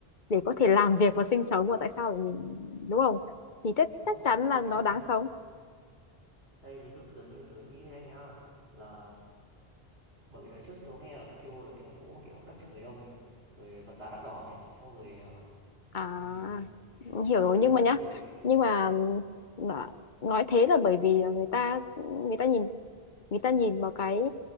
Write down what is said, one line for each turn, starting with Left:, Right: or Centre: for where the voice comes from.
Left: để có thể làm việc và sinh sống mà tại sao lại mình đúng không thì chắc
Right: đâu
Left: chắc chắn
Right: đâu
Left: là nó
Right: ví dụ như
Left: đáng sống
Right: đây ví dụ tớ như tớ nghĩ thế này nhá là Bởi vì đợt trước tớ nghe là Tokyo là cái thành phố mà, kiểu, đất chật người đông này, rồi vật giá đắt đỏ này, xong rồi, ờ,
Left: À,
Right: ừm,
Left: hiểu rồi
Right: ờ,
Left: nhưng mà nhá,
Right: xong rồi
Left: nhưng mà nó- nói thế là bởi vì là người ta người ta nhìn người ta nhìn vào cái